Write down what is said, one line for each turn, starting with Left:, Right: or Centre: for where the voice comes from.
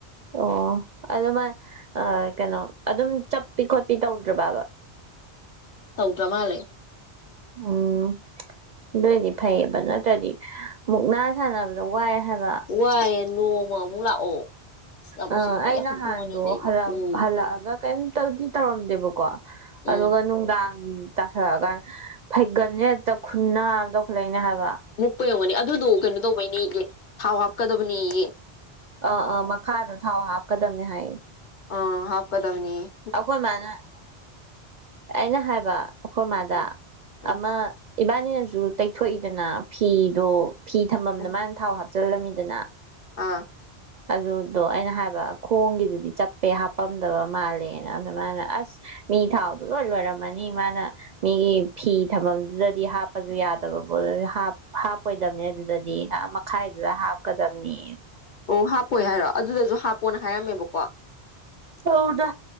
Right: ꯑꯣ ꯑꯗꯨꯃ ꯀꯩꯅꯣ ꯑꯗꯨꯝ ꯆꯞꯄꯤ ꯈꯣꯠꯄꯤ ꯇꯧꯗ꯭ꯔꯕꯕ
Left: ꯗ꯭ꯔ ꯃꯥꯂꯦ
Right: ꯎꯝ ꯑꯗꯨꯑꯣꯏꯗꯤ ꯐꯩꯑꯕ ꯅꯠꯇ꯭ꯔꯗꯤ ꯃꯨꯛꯅꯥ ꯁꯥꯟꯅꯕꯗ ꯋꯥꯏ ꯍꯥꯏꯕ
Left: ꯋꯥꯌꯦꯅ ꯅꯣꯡꯃ ꯑꯃꯨꯛ ꯂꯥꯛꯑꯣ ꯑꯁ ꯌꯥꯝ
Right: ꯑ
Left: ꯎꯁꯤꯠꯇꯤ
Right: ꯑꯩ ꯅꯍꯥꯟꯗꯣ
Left: ꯍꯧꯗꯣꯡꯑꯅꯤꯗꯤ ꯑꯩꯗꯤ ꯎꯝ
Right: ꯍꯜꯂꯛꯑꯒ ꯀꯩ ꯇꯖꯤ ꯇꯝꯗꯕ ꯀꯣ
Left: ꯎꯝ
Right: ꯑꯗꯨꯒ ꯅꯨꯡꯗꯥꯡ ꯇꯥꯊꯔꯛꯑꯀꯥꯟꯗ ꯐꯩꯒꯟꯁꯦ ꯍꯦꯛꯇ ꯈꯨꯟꯅ ꯑꯃ ꯇꯧꯈꯠꯂꯛꯏꯅꯦ ꯍꯥꯏꯕ
Left: ꯃꯨꯛꯄ ꯌꯧꯒꯅꯤ ꯑꯗꯨꯗꯣ ꯀꯩꯅꯣ ꯇꯧꯕꯩꯅꯦꯒꯤ ꯊꯥꯎ ꯍꯥꯞ ꯀꯗꯣꯕꯨꯅꯤꯌꯦ
Right: ꯑꯥ ꯑꯥ ꯃꯈꯥꯗꯣ ꯊꯥꯎ ꯍꯥꯞꯀꯗꯕꯅꯦ ꯍꯥꯏ
Left: ꯑ ꯍꯥꯞꯀꯗꯕꯅꯤ
Right: ꯑꯩꯈꯣꯏ ꯃꯥꯅ ꯑꯩꯅ ꯍꯥꯏꯕ ꯑꯩꯈꯣꯏ ꯃꯥꯗ
Left: ꯎꯝ ꯎꯝ
Right: ꯑꯃ ꯏꯕꯥꯅꯤꯅꯁꯨ ꯇꯩꯊꯣꯛꯏꯗꯅ ꯐꯤꯗꯣ ꯐꯤ ꯊꯝꯃꯝꯅ
Left: ꯎꯝ
Right: ꯃꯥꯅ ꯊꯥꯎ ꯍꯥꯞ ꯆꯂꯃꯤꯗꯅ
Left: ꯑꯥ
Right: ꯑꯗꯨꯗꯣ ꯑꯩꯅ ꯍꯥꯏꯕ ꯈꯣꯡꯒꯤꯗꯨꯗꯤ ꯆꯞꯄꯦ ꯍꯥꯄꯝꯗꯕ ꯃꯥꯜꯂꯦ ꯑ ꯃꯥ ꯑꯁ ꯃꯤ ꯊꯥꯎꯗꯨ ꯂꯣꯏ ꯂꯣꯏꯔꯝꯃꯅꯤ ꯃꯥꯅ ꯃꯤꯒꯤ ꯐꯤ ꯊꯝꯕ ꯗꯤ ꯍꯥꯞꯄꯁꯨ ꯌꯥꯗꯕꯕꯨꯣ ꯍꯥꯞ ꯍꯥꯞꯄꯣꯏꯗꯕꯅꯤ ꯑꯗꯨꯗꯗꯤ ꯉꯍ ꯃꯈꯥꯏꯗꯨꯗ ꯍꯥꯞꯀꯗꯝꯕꯅꯤ
Left: ꯑꯣ ꯍꯥꯞꯄꯣꯦ ꯍꯥꯏꯔꯣ ꯑꯗꯨꯗꯁꯨ ꯍꯥꯞꯄꯣꯅ ꯍꯥꯏꯔꯝꯃꯦꯕꯀꯣ ꯋꯥ
Right: ꯆꯧꯗ